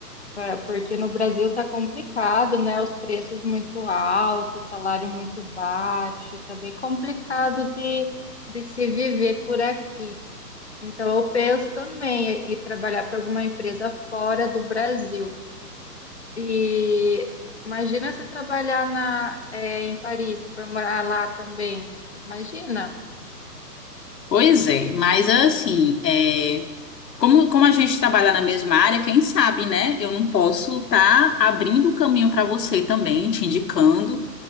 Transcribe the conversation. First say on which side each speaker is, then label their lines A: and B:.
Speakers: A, on the left (about 45°); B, on the left (about 75°).
A: pra- porque no Brasil tá complicado, né, os preços muito altos, salário muito baixo, tá bem complicado de de se viver por aqui. Então eu penso também em trabalhar para alguma empresa fora do Brasil. E imagina se trabalhar na, é, em Paris, se for morar lá também. Imagina.
B: Pois é, mas assim, é. Como, como a gente trabalha na mesma área, quem sabe, né? Eu não posso estar abrindo um caminho para você também, te indicando,